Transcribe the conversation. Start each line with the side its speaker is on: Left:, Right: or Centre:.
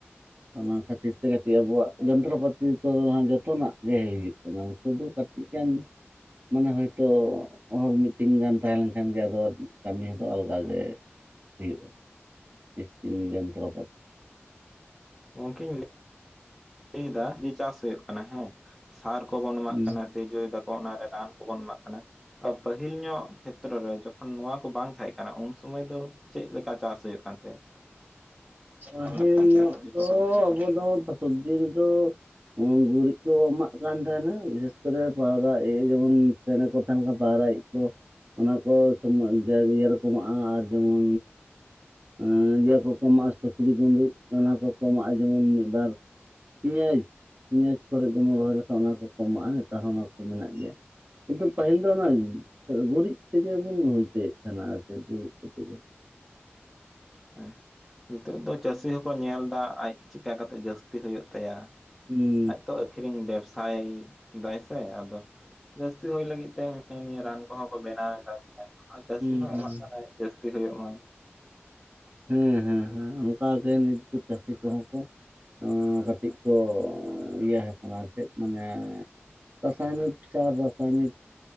Right: ᱚᱱᱟ ᱠᱷᱟᱹᱛᱤᱨ ᱛᱮ ᱠᱟᱹᱴᱤᱡ ᱟᱵᱚᱣᱟᱜ ᱡᱚᱱᱛᱨᱚ ᱯᱟᱛᱤ ᱠᱚ ᱦᱟᱸᱜ ᱡᱚᱛᱚᱱᱟᱜ ᱜᱮ ᱦᱩᱭᱩᱜ ᱠᱟᱱᱟ ᱥᱩᱫᱷᱩ ᱠᱟ ᱴᱤᱡ ᱜᱟᱱ ᱢᱟᱱᱮ ᱦᱳᱭᱛᱳ, ᱦᱚᱲ ᱢᱤᱫᱴᱤᱝ ᱜᱟᱱ ᱛᱟᱦᱮᱸ ᱞᱮᱝᱠᱷᱟᱱ ᱜᱮ ᱟᱫᱚ ᱠᱟᱢᱤ ᱫᱚ ᱟᱞᱜᱟ ᱜᱮ᱾ ᱦᱩᱭᱩᱜᱼᱟ, ᱢᱮᱥᱤᱱ ᱡᱚᱱᱛᱨᱚ ᱯᱟᱛᱤ᱾
Centre: ᱜᱚᱝᱠᱮᱧ ᱞᱟᱹ ᱞᱟᱹᱭ ᱮᱫᱟ ᱡᱮ ᱪᱟᱥ ᱦᱩᱭᱩᱜ ᱠᱟᱱᱟ ᱦᱮᱸ, ᱥᱟᱨ ᱠᱚᱵᱚᱱ
Right: ᱦᱩᱸ
Centre: ᱮᱢᱟᱜ ᱠᱟᱱᱟ ᱛᱤᱡᱩᱭ ᱫᱟᱠᱚ ᱚᱱᱟ ᱨᱮ ᱨᱟᱱ ᱠᱚᱵᱚᱱ ᱮᱢᱟᱜ ᱠᱟᱱᱟ᱾ <inaudible> ᱯᱟᱹᱦᱤᱞ ᱧᱚᱜ ᱠᱷᱮᱛᱨᱚ ᱨᱮ ᱡᱚᱠᱷᱚᱱ ᱱᱚᱣᱟ ᱠᱚ ᱵᱟᱝ ᱛᱟᱦᱮᱸ ᱠᱟᱱᱟ ᱩᱱ ᱥᱚᱢᱚᱭ ᱫᱚ ᱪᱮᱜ ᱞᱮᱠᱟ ᱪᱟᱥ ᱦᱩᱭᱩᱜ ᱠᱟᱱ ᱛᱟᱦᱮᱸᱜ?
Right: ᱯᱟᱹᱦᱤᱞ ᱧᱚᱜ ᱫᱚ
Centre: ᱠᱚᱨᱮ
Right: ᱟᱵᱚ ᱫᱚ ᱥᱚᱵᱽᱡᱤ ᱨᱮᱫᱚ ᱜᱩᱨᱤᱡ ᱠᱚ ᱮᱢᱟᱜ ᱠᱟᱱ ᱛᱟᱦᱮᱸᱱᱟ ᱵᱤᱥᱮᱥ ᱠᱚᱨᱮ ᱯᱟᱣᱨᱟ <inaudible> ᱡᱮᱢᱚᱱ ᱪᱮᱬᱮ ᱠᱚ ᱛᱟᱦᱮᱸᱱ ᱠᱟᱱ ᱯᱟᱣᱨᱟ ᱤᱡ ᱠᱚ, ᱚᱱᱟ ᱠᱚ ᱥᱚᱢᱚᱭ <inaudible> ᱤᱭᱟᱹ ᱨᱚᱠᱚ ᱮᱢᱟᱜᱼᱟ ᱟᱨ ᱡᱮᱢᱚᱱ ᱟᱺᱻ <unintelligible> ᱠᱚ ᱠᱚ ᱮᱢᱟᱜᱼᱟ ᱥᱩᱠᱨᱤ ᱜᱩᱰᱩᱡ ᱚᱱᱟ ᱠᱚ ᱠᱚ ᱮᱢᱟᱜᱼᱟ ᱡᱮᱢᱚᱱ ᱢᱤᱫ ᱵᱟᱨ ᱯᱮᱭᱟᱡᱽ, ᱯᱮᱭᱟᱡᱽ ᱠᱚᱨᱮ ᱡᱮᱢᱚᱱ ᱨᱚᱦᱚᱭ ᱞᱮᱠᱷᱟᱱ ᱚᱱᱟ ᱠᱚ ᱠᱚ ᱮᱢᱟᱜᱼᱟ ᱱᱮᱛᱟᱨ ᱦᱚᱸ ᱚᱱᱟ ᱠᱚ ᱢᱮᱱᱟᱜ ᱜᱮᱭᱟ᱾ ᱠᱤᱱᱛᱩ ᱯᱟᱹᱦᱤᱞ ᱫᱚ ᱚᱱᱟ ᱜᱩᱨᱤᱡ ᱛᱮᱜᱮ ᱵᱚᱱ ᱦᱩᱭ ᱦᱚᱪᱚᱭ ᱮᱫ ᱛᱟᱦᱮᱱᱟ ᱟᱨᱠᱤ ᱜᱩᱨᱤᱡ ᱠᱚᱛᱮ ᱜᱮᱼᱼ
Centre: ᱦᱮᱸ ᱱᱤᱛᱚᱜ ᱫᱚ ᱪᱟᱹᱥᱤ ᱦᱚᱸᱠᱚ ᱧᱮᱞ ᱮᱫᱟ ᱟᱡ ᱪᱮᱠᱟ ᱠᱟᱛᱮ ᱡᱟᱹᱥᱛᱤ ᱦᱩᱭᱩᱜ ᱛᱟᱭᱟ
Right: ᱦᱩᱸ
Centre: ᱟᱡ ᱛᱚᱼᱼ ᱟᱠᱷᱨᱤᱧ ᱵᱮᱵᱥᱟᱭ ᱫᱟᱭ ᱥᱮ ᱟᱫᱚ ᱡᱟᱹᱥᱛᱤ ᱦᱩᱭ ᱞᱟᱹᱜᱤᱫ ᱛᱮᱼᱼ ᱦᱤᱱᱟ ᱱᱤᱭᱟᱹ ᱨᱟᱱ ᱠᱚᱦᱚᱸ ᱠᱚ ᱵᱮᱱᱟᱣ ᱮᱫᱟ ᱥᱮ ᱡᱟᱹᱥᱛᱤ
Right: ᱦᱩᱸ
Centre: ᱦᱚᱸᱭ
Right: ᱦᱩᱸ
Centre: ᱮᱢᱟᱜ ᱠᱟᱱᱟ ᱡᱟᱹᱥᱛᱤ ᱦᱩᱭᱩᱜ ᱢᱟ
Right: ᱦᱮᱸ ᱦᱮᱸ ᱦᱮᱸ ᱚᱱᱠᱟ ᱜᱮ ᱱᱤᱛ ᱫᱚ ᱪᱟᱹᱥᱤ ᱠᱚᱦᱚᱸ ᱠᱚ ᱚᱸ ᱠᱟᱹᱴᱤᱡ ᱠᱚ ᱤᱭᱟᱹ ᱟᱠᱟᱱᱟ ᱪᱮᱫ ᱢᱟᱱᱮᱼᱼ ᱨᱟᱥᱟᱭᱱᱤᱠ ᱥᱟᱨ ᱨᱟᱥᱟᱭᱱᱤᱠ